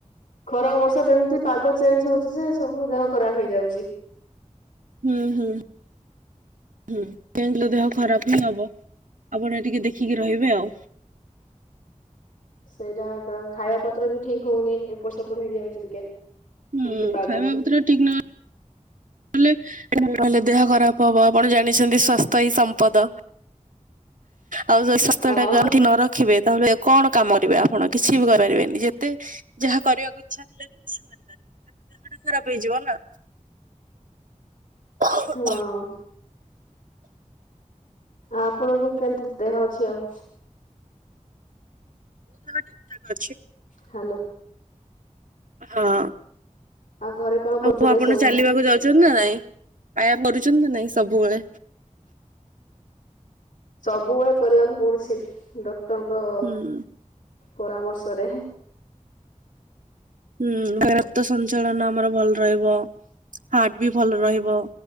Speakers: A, on the left; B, on the right.
A: ଖରା ବର୍ଷା ଯେମିତି ପାଗ ଚେଞ୍ଜ ହଉଚି ଯେ, ସବୁ ଦେହ ଖରାପ ହେଇଯାଉଚି।
B: ହୁଁ ହୁଁ। ହୁଁ <unintelligible> ଦେହ ଖରାପ ହିଁ ହବ, ଆପଣ ଟିକେ ଦେଖିକି ରହିବେ ଆଉ।
A: ସେଇଟା ଏକା ଖାଇବା ପତ୍ର ବି ଠିକ ହଉନି, ଏପଟ ସେପଟ ହେଇଯାଉଚି ଟିକେ।
B: ହୁଁ,
A: ଏମିତି ପାଗକୁ
B: ଖାଇବା ପତ୍ର ଠିକ ନହେ ଲେ ନହେଲେ ଦେହ ଖରାପ ହବ, ଆପଣ ଜାଣିଛନ୍ତି ସ୍ୱାସ୍ଥ୍ୟ ହିଁ ସମ୍ପଦ। ଆଉ ଯଦି ସ୍ୱାସ୍ଥ୍ୟ
A: ଅ
B: ଟା <unintelligible> ନ ରଖିବେ। ତାହେଲେ କଣ କାମ କରିବେ ଆପଣ, କିଛି ବି କରିପାରିବେନି, ଯେତେ ଯାହା କରିବାକୁ ଇଛା ଥିଲେ ବି, କିଛି କରିପାରିବେନି, କାରଣ -ଦେହଟା ଖରାପ ହେଇଯିବ ନା। ମୋ
A: ହଁ। ଆପଣଙ୍କୁ କେମିତି ଦେହ ଅଛି ଆଉ?
B: ଠିକ ଠାକ ଅଛି।
A: ହାଲୋ।
B: ହଁ।
A: ଆଉ ଘରେ କଣ କରୁଥିଲେ
B: ଆଉ ଆପଣ
A: ଏ ସବୁ?
B: ଚାଲିବାକୁ ଯାଉଛନ୍ତି ନା ନାଇଁ, ବାୟାମ କରୁଛନ୍ତି ନା ନାଇଁ ସବୁବେଳେ।
A: ସବୁବେଳେ କରିବାକୁ ପଡୁଚି, ଡକ୍ଟରଙ୍କ
B: ହୁଁ।
A: ପରାମର୍ଶରେ।
B: ହୁଁ, ରକ୍ତ ସଞ୍ଚାଳନ ଆମର ଭଲ ରହିବ, ହାର୍ଟ ବି ଭଲ ରହିବ।